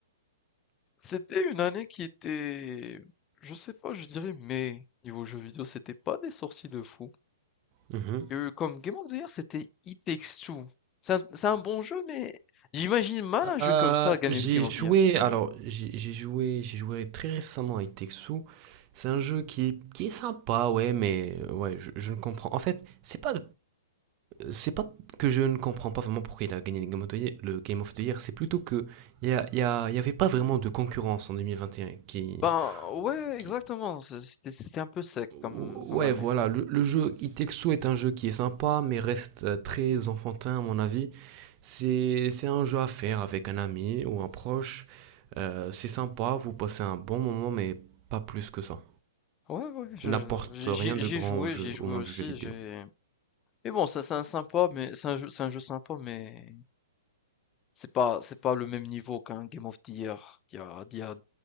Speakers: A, on the left; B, on the right.
A: C'était une année qui était, je sais pas, je dirais, mais niveau jeux vidéo, c'était pas des sorties de fou.
B: Mhm.
A: Il y a eu comme Game of the Year, c'était It Takes Two. C'est un, c'est un bon jeu, mais j'imagine mal un jeu
B: Euh,
A: comme ça gagner
B: j'ai
A: le Game of
B: joué,
A: the Year.
B: alors j'ai j'ai joué, j'ai joué très récemment avec Texu. C'est un jeu qui est, qui est sympa, ouais, mais euh, ouais, je, je ne comprends. En fait, c'est pas, c'est pas que je ne comprends pas vraiment pourquoi il a gagné le Game of the Year, le Game of the Year, c'est plutôt que il y a, il y a- il y avait pas vraiment de concurrence en 2021 qui,
A: Ben ouais, exactement.
B: qui,
A: c'est- C'était c'était un peu sec comme,
B: Ouais,
A: comme année.
B: voilà, le, le jeu Itexo est un jeu qui est sympa, mais reste euh, très enfantin à mon avis. C'est, c'est un jeu à faire avec un ami ou un proche. Euh, c'est sympa, vous passez un bon moment, mais pas plus que ça.
A: Ouais, ouais, je-
B: Il n'apporte
A: j'y
B: rien
A: j'y-
B: de
A: j'y
B: grand
A: ai joué,
B: au jeu,
A: j'y ai joué
B: au monde
A: aussi.
B: du jeu vidéo.
A: J'ai. Mais bon, ça c'est un sympa, mais c'est un jeu, c'est un jeu sympa, mais c'est pas, c'est pas le même niveau qu'un Game of the Year d'il y a, d'il y a